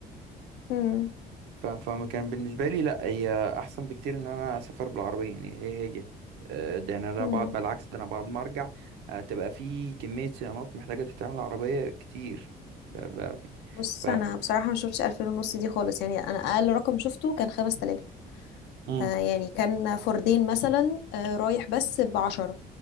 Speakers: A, on the left; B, on the right.
A: مم.
B: ف- فما كان بالنسبة لي لا هي أحسن بكتير إن أنا أسافر بالعربية يعني هي هي آه، ده يعني أنا
A: مم.
B: بعد بالعكس ده أنا بعد ما أرجع آه، تبقى في كمية صيانات محتاجة تتعمل عربية كتير ب- ب-
A: بص
B: ف
A: انا بصراحه ما شفتش 2000 ونص دي خالص يعني انا اقل رقم شفته كان 5000
B: مم،
A: آه يعني كان فردين مثلا آه رايح بس ب 10